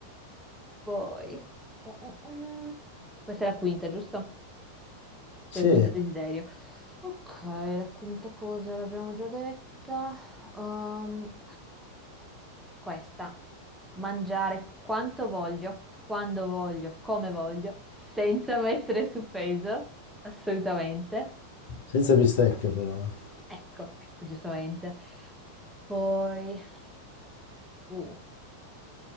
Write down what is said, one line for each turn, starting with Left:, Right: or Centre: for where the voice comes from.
Centre: Poi, oh, oh, oh. Questa è la quinta, giusto? Cioè
Left: sì,
Centre: il quinto desiderio. Ok, la quinta cosa l'abbiamo già detta. Ehm, questa, mangiare quanto voglio, quando voglio, come voglio, senza mettere su peso, assolutamente.
Left: senza bistecche però, eh.
Centre: Ecco, ecco, giustamente. Poi, uh,